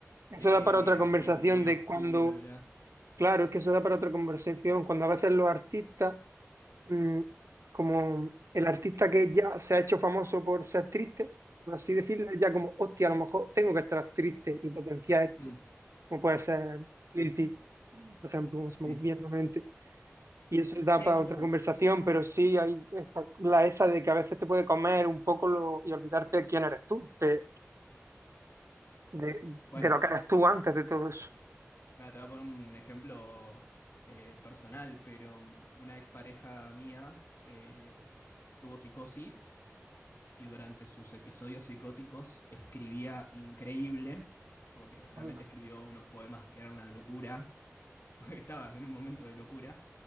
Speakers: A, on the right (about 70°); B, on the left (about 55°).
A: Eso
B: de que
A: da para
B: él
A: otra
B: era
A: conversación
B: así como muy
A: de
B: oscuro
A: cuando,
B: y bla.
A: claro, es que eso da para otra conversación, cuando a veces los artistas mm, como el artista que ya se ha hecho famoso por ser triste, por así decirlo, es ya como, hostia, a lo mejor tengo que estar triste y potenciar esto,
B: Mm,
A: como puede ser Lil Peep, por ejemplo, como se
B: sí.
A: me viene a la mente. Y eso da
B: Sí, hay
A: para
B: como...
A: otra conversación, pero sí hay esta- la esa de que a veces te puede comer un poco lo- y olvidarte de quién eres tú, de, de,
B: Bueno,
A: de lo que eras tú antes de todo eso.
B: Mira, te voy a poner un ejemplo eh, personal, pero mm, una expareja mía eh, tuvo psicosis y durante sus episodios psicóticos escribía increíble, como que realmente
A: Anda,
B: escribió unos poemas que eran una locura, <laughs> porque estaba en un momento de locura,